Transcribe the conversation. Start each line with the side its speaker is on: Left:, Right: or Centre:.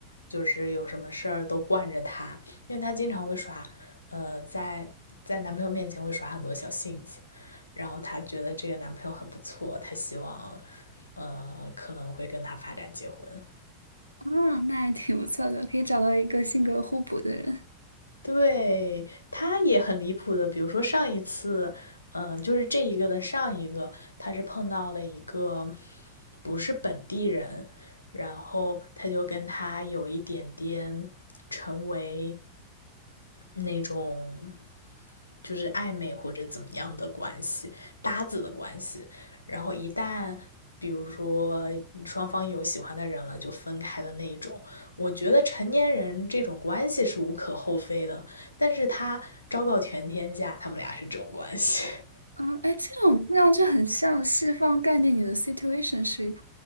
Left: 就是有什么事儿都惯着他，因为他经常会耍，呃，在在男朋友面前会耍很多小性子，然后他觉得这个男朋友很不错，他希望，呃，可能会跟他发展结婚。
Right: 啊，那还挺不错的，可以找到一个性格互补的人。
Left: 对，他也很离谱的，比如说上一次，嗯、就是这一个的上一个，他是碰到了一个不是本地人，然后他就跟他有一点点成为那种就是暧昧或者怎么样的关系，搭子的关系，然后一旦比如说双方有喜欢的人了，就分开的那一种。我觉得成年人这种关系是无可厚非的，但是他昭告全天下，他们俩是这种关系。<laughs>
Right: 啊，哎，这种听上去很像西方概念里的 situation ship。